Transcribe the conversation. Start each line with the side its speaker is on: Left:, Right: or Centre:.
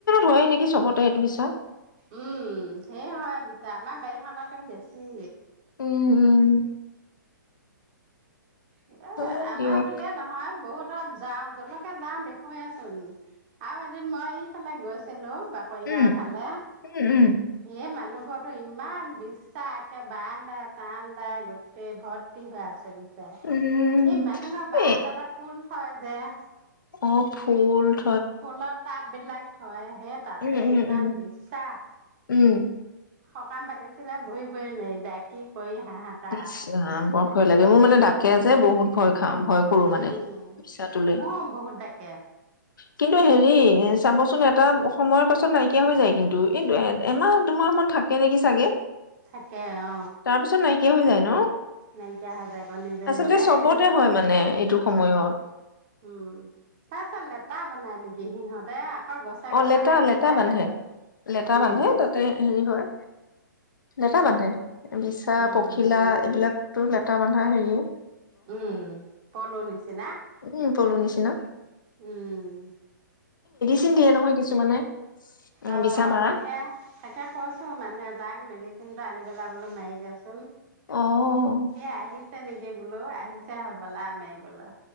Left: হয়েই নেকি চবতে এইটো বিছা।
Right: উম ধেৰ হয় বিছা, আমাৰ বাৰীখনতটো বেছি।
Left: উম। উম।
Right: এ
Left: হয়
Right: আমাৰ
Left: দিয়ক
Right: বুলিয়ে নহয়, বহুত তাত যাওঁ যৰলৈকে যাওঁ দেখোৱেচোন, আৰু এদিন মই এইফালে গৈছিলো বাকৰি
Left: উম
Right: গাওঁৰ ফালে
Left: উম
Right: ধেৰ মানুহ যোৱা কালি ইমান বিছা একে বাৰান্দাই চাৰান্দাই গোটেই ভৰ্তি হৈ আছে গৈ
Left: উম উম
Right: এই মানুহ ঘৰ বাৰাণ্ডাতে
Left: এ
Right: ফুল হয়, দিয়া।
Left: অ' ফুল্ড
Right: ফুল পাতবিলাক হয়। হে তাতে
Left: উম, উম,
Right: ইমান
Left: উম,
Right: বিছা।
Left: উম।
Right: সকাম পাতিছিলে বহিবই নোৱাৰি, ডাকি কৰি হাহাকাৰ
Left: <unintelligible> ভয় লাগে, মোৰ মানে ডাকে যে বহুত ভয় খাওঁ, ভয় কৰো
Right: উম,
Left: মানে। মিছাটোলে।
Right: ম বহুত ডাকে।
Left: কিন্তু হেৰি চাবচোন এটা সময়ৰ পাছত নাইকিয়া হৈ যায় কিন্তু এই এ এমাহ দুমাহ মান থাকে নেকি চাগে?
Right: থাকে অ
Left: তাৰ পিছত নাইকিয়া হৈ যায় ন,
Right: নাইকিয়া হৈ যায় আকৌ নিজে
Left: আচলতে
Right: নিজে
Left: চবতে
Right: এই
Left: হয় মানে এইটো সময়ত।
Right: উম, তাৰ পিছত লেতা বনাই নেকি সিহঁতে। <unintelligible>
Left: অ'
Right: গছে
Left: লেটা-লেটা
Right: থাকি যায়
Left: বান্ধে
Right: চাগৈ
Left: লেটা
Right: উম
Left: বান্ধে তাতে হেৰি হয়। লেটা বান্ধে। বিছা,
Right: উম
Left: পখিলা এইবিলাকটো <unintelligible> বান্ধা হেৰিও।
Right: উম, <unintelligible> নিচিনা।
Left: উম, পলু নিচিনা।
Right: উম।
Left: চিন দিয়ে নহয় কিছুমানে। উম,
Right: অ'
Left: বিছা মাৰা।
Right: তাকে-তাকে কৈছোঁ মানুহে তাক মেডিচিনটো আনি পেলাই বোলো মাৰি দেচোন।
Left: অ',
Right: সেয়া আ <unintelligible> নেকি বোলো আহিছে হ'বালা মাৰিবলৈ।